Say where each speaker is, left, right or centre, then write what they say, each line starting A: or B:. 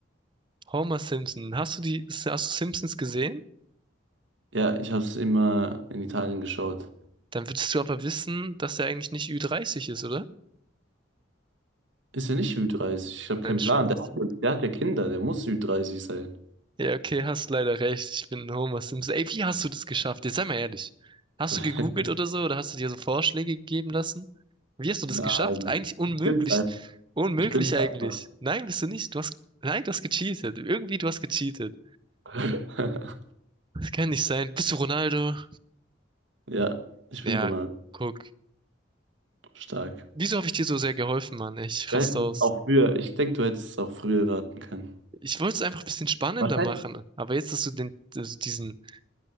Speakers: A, on the right; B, on the right.
A: Homer Simpson. Hast du die, hast du Simpsons gesehen?
B: Ja, ich habe es immer in Italien geschaut.
A: Dann würdest du aber wissen, dass er eigentlich nicht Ü30 ist, oder?
B: Ist ja nicht Ü30. Ich habe keinen
A: Nein, Spaß.
B: Plan. Der hat, ja- der hat ja Kinder, der muss Ü30 sein.
A: Ja, okay, hast leider recht. Ich bin Homer Simpson. Ey, wie hast du das geschafft? Jetzt sei mal ehrlich. Hast
B: <laughs>
A: du gegoogelt oder so? Oder hast du dir so Vorschläge gegeben lassen? Wie hast du das
B: Nein,
A: geschafft? Eigentlich unmöglich.
B: ich bin's einfach.
A: Unmöglich
B: Ich bin's einfach.
A: eigentlich. Nein, bist du nicht. Du hast, nein, du hast gecheatet. Irgendwie, du hast gecheatet.
B: <laughs>
A: Das kann nicht sein. Bist du Ronaldo?
B: Ja, ich
A: Ja,
B: bin Ronaldo.
A: guck.
B: Stark.
A: Wieso habe ich dir so sehr geholfen, Mann? Ich
B: Du
A: raste
B: hättest
A: aus.
B: es auch früher, ich denke, du hättest es auch früher raten können.
A: Ich wollte es einfach ein bisschen spannender
B: Wahrscheinlich.
A: machen. Aber jetzt, dass du den, also diesen